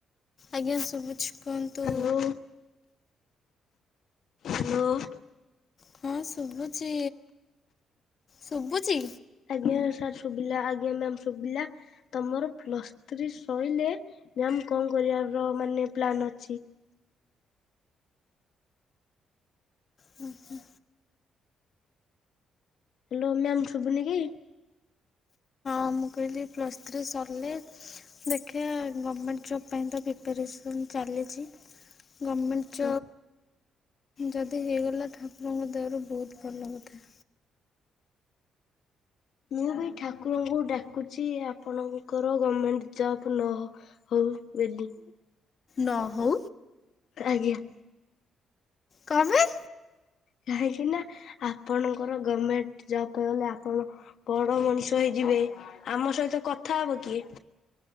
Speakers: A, on the left (about 40°); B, on the left (about 65°).
A: ଆଜ୍ଞା ଶୁଭୁଛି କୁହନ୍ତୁ?
B: Hello hello.
A: ହଁ ଶୁଭୁଛି ଶୁଭୁଛି।
B: ଆଜ୍ଞା ସାର୍ ଶୁଭିଲା ଆଜ୍ଞା ମ୍ୟାମ ଶୁଭିଲା। ତମର ପ୍ଲସ ଥ୍ରି ସଇଲେ <inaudible> ର ମାନେ ପ୍ଲାନ୍ ଅଛି।
A: ହୁଁ ହୁଁ
B: ହ୍ୟାଲୋ ମ୍ୟାମ୍ ଶୁବୁନି କି?
A: ହ ମୁଁ କହିଲି ପ୍ଲସ୍ ଥ୍ରି ସରିଲେ ଦେଖିବା ଗମେଣ୍ଟ ଜବ ପାଇଁ ତ ପ୍ରି ପ୍ରିପାରେସନ୍ ଚାଲିଛି। ଗମେଣ୍ଟ
B: ହୁଁ
A: ଜବ୍ ଯଦି ହେଇଗଲା ଠାକୁରଙ୍କ ଦୟାରୁ ବହୁତ ଭଲ କଥା।
B: ମୁଁ ବି ଠାକୁରଙ୍କୁ ଡାକୁଛି ଆପଣଙ୍କର ଗମେଣ୍ଟ ଜବ୍ ନହ ହଉ ବୋଲି।
A: ନହଉ।
B: ଆଜ୍ଞା।
A: କଣ ବେ?
B: କାହିଁକି ନା ଆପଣଙ୍କର ଗମେଣ୍ଟ ଜବ ହେଲେ ଆପଣ ବଡ ମଣିଷ ହୋଇଯିବେ ଆମ ସହିତ କଥା ହବ କିଏ?